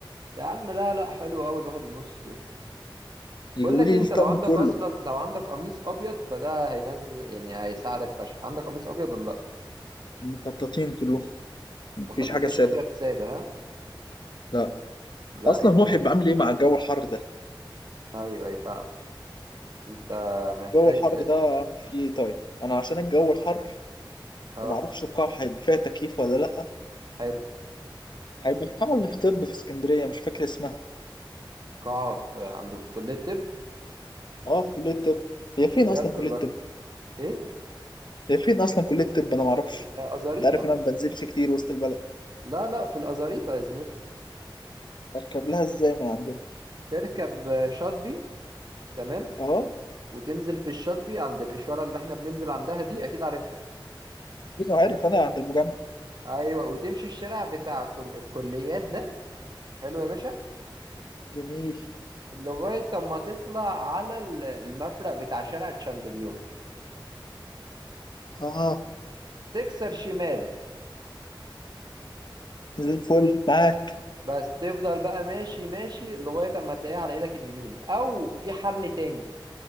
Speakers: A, on the right (about 55°); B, on the left (about 60°).
A: يا عم لا لا حلو قوي الواحد ونص دول
B: يجيبوا
A: بقول لك
B: لي
A: إيه، انت
B: الطقم
A: لو عندك
B: كله
A: اصلا لو عندك قميص ابيض فده هينزل يعني هيساعدك فشخ عندك قميص ابيض ولا لا
B: المخططين كلهم مفيش
A: مخ- مفيش
B: حاجه ساده
A: ابيض ساده ها
B: لا
A: لا
B: اصلا
A: يبقى
B: هو
A: انت
B: هيبقى عامل ايه مع الجو الحر ده
A: ايوه ايوه فاهم انت محتاج
B: الجو الحر ده عامل فيه ايه طيب انا عشان الجو الحر
A: اه
B: ومعرفش القاعه هيبقى فيها تكييف ولا لا
A: حلو
B: هيبقى في قاعه اللي في طب في اسكندريه مش فاكر اسمها
A: قاعه في عند في كليه الطب
B: اه في كليه الطب هي فين
A: بجد
B: اصلا كليه
A: والله
B: الطب
A: ايه
B: هي فين اصلا كليه الطب انا ما اعرفش
A: في الازاريطه
B: انت عارف انا ما بنزلش كتير وسط البلد
A: لا لا في الازاريطه يا زميلي
B: اركب لها ازاي من عندنا
A: تركب آه، شاطبي تمام
B: اه
A: وتنزل في الشاطبي عند الاشاره اللي احنا بننزل عندها دي اكيد عارفها
B: انا عارف انا عند المجمع
A: ايوه وتمشي الشارع بتاع كل الكليات ده حلو يا باشا
B: جميل
A: لغاية أما تطلع على ال- المفرق بتاع شارع تشامبليون
B: اه
A: تكسر شمال
B: زي الفل معاك
A: بس تفضل بقى ماشي ماشي لغاية أما تلاقيها على إيدك اليمين أو في حل تاني